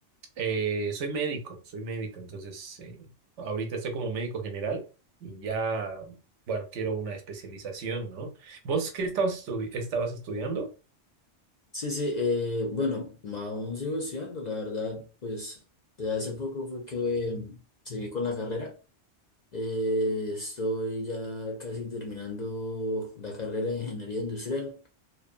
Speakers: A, on the right (about 80°); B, on the left (about 50°).
A: Eh, soy médico, soy médico, entonces eh, ahorita estoy como médico general y ya, bueno, quiero una especialización, ¿no? ¿Vos qué estabas, estu- estabas estudiando?
B: Sí, sí, eh, bueno, aún sigo estudiando, la verdad, pues de hace poco fue que em, seguí con la carrera. Eh, estoy ya casi terminando la carrera de ingeniería industrial.